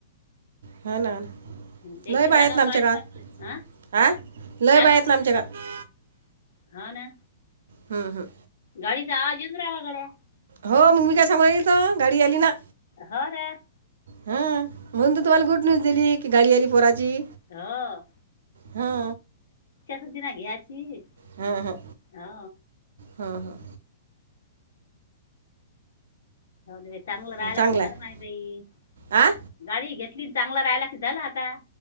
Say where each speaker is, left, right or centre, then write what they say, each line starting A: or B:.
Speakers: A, on the right; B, on the left.
A: हा ना
B: त्याची
A: लय बाया
B: जागा
A: आहेत ना आमच्या
B: पाळली
A: गावात
B: पाहिते हं
A: हा लय
B: जागा
A: बाया आहेत
B: पालीते
A: ना आमच्या गावात
B: हा ना
A: हम् हम्.
B: गाडीचा आवाज येऊन राहिला <inaudible>
A: हो मूमिका सांगालीेतो गाडी अली ना
B: हो रे.
A: हा म्हणून तू तुम्हाला गुड न्यूज दिली की गाडी आली पोराची
B: हो
A: हा.
B: <unintelligible>
A: हम ह
B: हो
A: हम हा.
B: हो दे बाई चांगलं
A: हां
B: राहायला
A: चांगला
B: की झालं
A: आहे
B: नाही बाई
A: आ
B: गाडी घेतली चांगलं राहायला की झालं आता